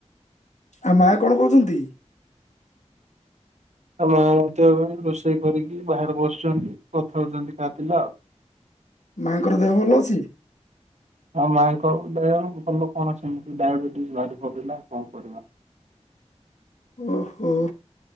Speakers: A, on the left; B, on the right.
A: ଆ ମା କଣ କଉଛନ୍ତି?
B: ଆଉ ମା ମଧ୍ୟ ରୋଷେଇ କରିକି ବାହାରେ ବସିଛନ୍ତି କଥାହଉଛନ୍ତି କାଥିଲେ ଆଉ।
A: ମାଙ୍କର ଦେହ ଭଲ ଅଛି?
B: ଆଉ ମାଙ୍କ ଦେହ ଭଲ କଣ ସେମତି ଡାଇବେଟିସ ଭାରି ପଡିଲା କଣ କରିବା ।
A: ଓହୋ